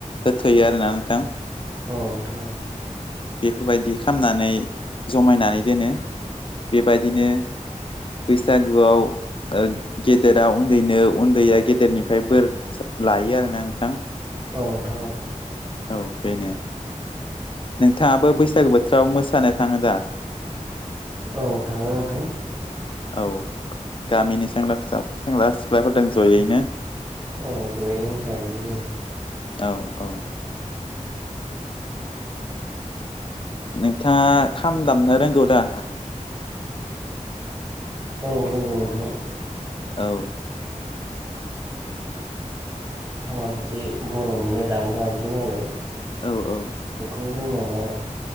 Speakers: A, on the left; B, on the right.
A: होथ'यो आरोना नोंथां।
B: औ नोंथां औ'
A: बेफोरबायदि खामनानै जमायनानै दोनो। बेबायदिनो बैसागोआव ओ गेदेर दा उन्दैनो उन्दैया गेदेरनिफ्राय बोर लायो आरोना नोंथां।
B: औ नोंथां औ।
A: औ बेनो। नोंथाङाबो बैसागो बोथोराव मोसानो थाङो दा?
B: औ थाङो नोंथां।
A: औ गामिनि सेंग्रा फिसा सेंग्रा सिख्लाफोरदों जयैनो
B: औ औ जयै। बे मोसा हैयो।
A: औ औ नोंथाङा खाम दामनो रोंगौ दा?
B: औ रोंगौ नोंथां
A: औ
B: माबा मोनसे बर'निनो दामग्रा आगजु नालाय
A: औ औ।
B: बेखौ रोंनाया